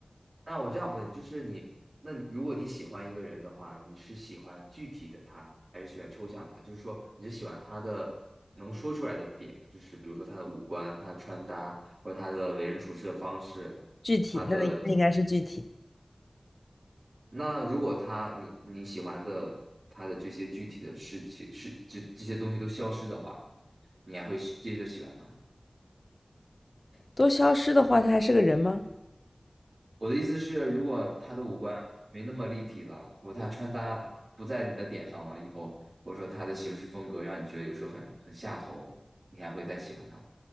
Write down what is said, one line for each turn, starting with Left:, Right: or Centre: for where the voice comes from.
Right: 那我这样问，就是你，那你如果你喜欢一个人的话，你是喜欢具体的他，还是喜欢抽象他？就是说，你是喜欢他的能说出来的点，就是比如说他的五官、他的穿搭，或者他的为人处事的方式，
Left: 具体，
Right: 他的。
Left: 那那应该是具体。
Right: 那如果他你你喜欢的他的这些具体的事情是这这些东西都消失的话，你还会是接着喜欢他吗？
Left: 都消失的话，他还是个人吗？
Right: 我的意思是，如果他的五官没那么立体了，或者他穿搭不在你的点上了以后，或者说他的行事风格让你觉得有时候很很下头，你还会再喜欢他吗？